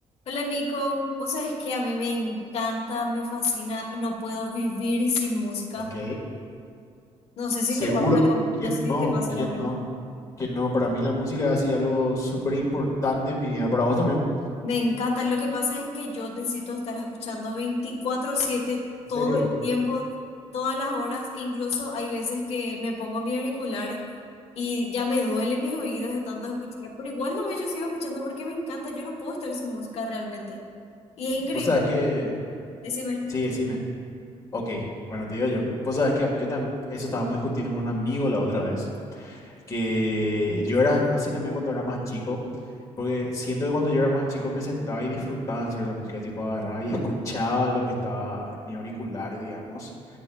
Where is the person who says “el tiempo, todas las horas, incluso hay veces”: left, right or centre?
Left